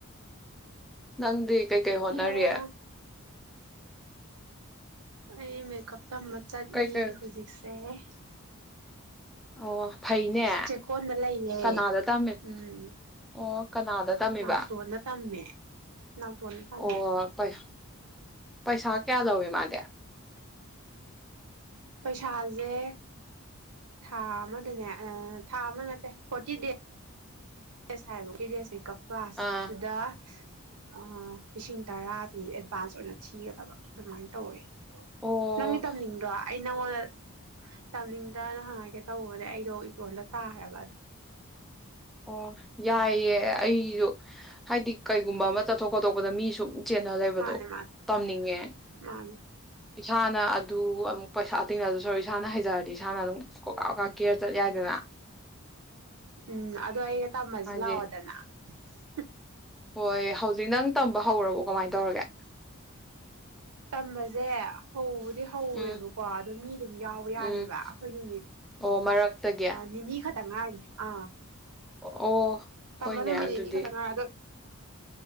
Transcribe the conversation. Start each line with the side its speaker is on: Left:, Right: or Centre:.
Centre: <inaudible> ꯅꯪꯗꯤ ꯀꯩ ꯀꯩ ꯍꯣꯠꯅꯔꯤ
Right: ꯑꯣ ꯑꯩ ꯃꯦꯀꯞ ꯇꯝꯕ ꯆꯠꯂꯤ
Centre: ꯀꯩꯀꯩ
Right: ꯍꯧꯖꯤꯛꯁꯦ <inaudible>
Centre: ꯑꯣ ꯐꯩꯅꯦ
Right: ꯆꯦꯛꯀꯣꯟꯗ ꯂꯩꯌꯦ
Centre: ꯀꯅꯥꯗ ꯇꯝꯃꯦꯕ
Right: ꯎꯝ
Centre: ꯑꯣ ꯀꯅꯥꯗ ꯇꯝꯃꯤꯕ
Right: ꯅꯥꯎꯇꯣꯟꯗ ꯇꯝꯃꯦ ꯅꯥꯎꯇꯣꯟꯗ ꯇꯝꯃꯦ
Centre: ꯑꯣ ꯐꯩ ꯄꯩꯁꯥ ꯀꯌꯥꯂꯧꯒꯦ ꯃꯥꯗꯤ
Right: ꯄꯩꯁꯥꯁꯦ ꯊꯥ ꯑꯃꯗꯅꯦ ꯑꯥ ꯊꯥ ꯑꯃ ꯅꯠꯇꯦ ꯐꯣꯔꯇꯤ ꯗꯦꯁ ꯐꯣꯔꯇꯤ ꯗꯦꯁ ꯍꯥꯏꯕ ꯐꯣꯔꯇꯤ ꯗꯦꯁ ꯃꯦꯀꯞ꯫ ꯀꯂꯥꯁꯇꯨꯗ
Centre: ꯑꯥ
Right: ꯑꯥ ꯂꯤꯁꯤꯡ ꯇꯔꯥ ꯄꯤ ꯑꯦꯗꯚꯥꯟꯁ ꯑꯣꯏꯅ ꯊꯤꯒꯗꯕ ꯑꯗꯨꯃꯥꯏꯅ ꯇꯧꯋꯦ꯫
Centre: ꯑꯣ
Right: ꯅꯪꯗꯤ ꯇꯝꯅꯤꯡꯗ꯭ꯔꯣ ꯑꯩ ꯅꯪꯉꯣꯟꯗ ꯇꯝꯅꯤꯡꯗ꯭ꯔꯅ ꯍꯪꯒꯦ ꯇꯧꯕꯅꯦ ꯑꯩꯗꯣ ꯏꯇꯣꯟꯜꯗ ꯇꯥꯔꯦꯕ ꯑꯗꯨ
Centre: ꯑꯣ ꯌꯥꯏꯌꯦ ꯑꯩꯁꯨ ꯍꯥꯏꯗꯤ ꯀꯩꯒꯨꯝꯕ ꯑꯃ ꯆꯠꯊꯣꯛ ꯈꯣꯇꯣꯛꯄꯗ ꯃꯤꯁꯨ ꯆꯦꯟꯅ ꯂꯩꯕꯗꯣ
Right: ꯃꯥꯅꯦ ꯃꯥꯅꯦ
Centre: ꯇꯝꯅꯤꯡꯉꯦ
Right: ꯃꯥꯅꯦ
Centre: ꯏꯁꯥꯅ ꯑꯗꯨ ꯄꯩꯁꯥ ꯑꯇꯤꯡꯅ ꯑꯗꯨ ꯁꯔꯨ ꯏꯁꯥꯅ ꯍꯩꯖꯔꯗꯤ ꯏꯁꯥꯅ ꯑꯗꯨꯝ ꯀꯣꯀꯥ ꯀꯀꯥ ꯀꯦꯔ ꯆꯠ ꯌꯥꯏꯗꯅ
Right: ꯎꯝ ꯑꯗꯨ ꯑꯩꯒ ꯇꯥꯝꯃꯁꯤ
Centre: ꯍꯥꯏꯗꯤ
Right: ꯂꯥꯀꯎꯗꯟ <unintelligible>
Centre: ꯍꯣꯏ ꯍꯧꯖꯤꯛ ꯅꯪ ꯇꯝꯕ ꯍꯧꯔꯕꯣ ꯀꯃꯥꯏ ꯇꯧꯔꯒꯦ
Right: ꯇꯝꯕꯁꯦ ꯍꯣ ꯕꯨꯗꯤ ꯍꯧꯔꯦꯕꯀꯣ
Centre: ꯎꯝ
Right: ꯑꯗꯣ ꯃꯤ ꯑꯗꯨꯝ ꯌꯥꯎꯕ
Centre: ꯎꯝ
Right: ꯌꯥꯔꯤꯕꯔꯤꯕ ꯑꯩꯈꯣꯏ ꯅꯨꯃꯤꯠ
Centre: ꯑꯣ ꯃꯔꯛꯇꯒꯤ
Right: ꯅꯤꯅꯤ ꯈꯛꯇ ꯉꯥꯏꯔꯤ ꯑꯥ
Centre: ꯑꯣ
Right: ꯇꯃ
Centre: ꯍꯣꯏꯅꯦ
Right: ꯅꯨꯃꯤꯠꯅꯤꯅꯤ
Centre: ꯑꯗꯨꯗꯤ
Right: ꯈꯛꯇ ꯉꯏ ꯑꯗꯨ